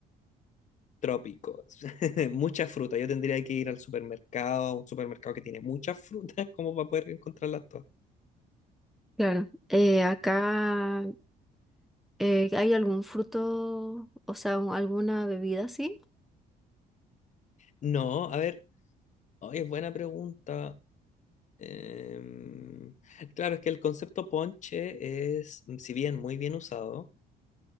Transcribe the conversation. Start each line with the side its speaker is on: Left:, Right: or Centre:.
Left: trópico, <laughs> mucha fruta, yo tendría que ir al supermercado, a un supermercado que tiene muchas frutas <laughs> como para poder encontrarlas todas.
Centre: Claro, eh, acá Eh, ¿hay algún fruto, o sea, un- alguna bebida así?
Left: No, a ver. Oye, es buena pregunta. Em, claro, es que el concepto ponche es, mm, si bien muy bien usado,